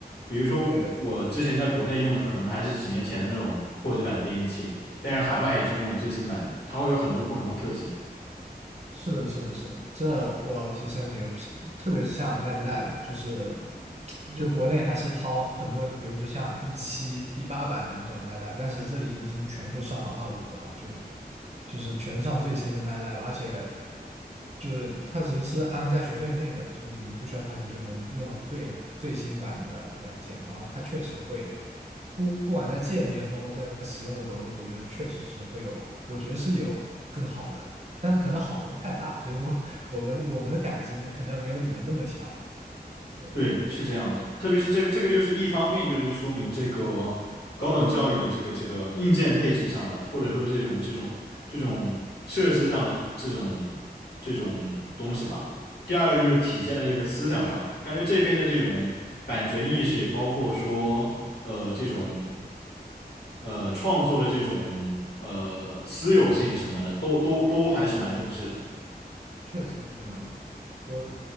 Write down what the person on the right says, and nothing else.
对的。
是的，是的，是的，这我其实深有体会，特别是像 MATLAB，就是就国内还是掏很多，比如说像一七、一八版的那种 MATLAB，但是这里已经全部上了二五的了，就就是全上最新的 MATLAB，而且就是它其实是安在学费内的，就是你们不需要掏钱就能用到最最新版的软件，然后它确实会不不管在界面，包括在使用的逻辑，我觉得确实是会有，我觉得是有更好的。但是可能好的不太大，所以说我们我们的感知可能没有你们这么强。对，
嗯，
好。
确实是这样的，我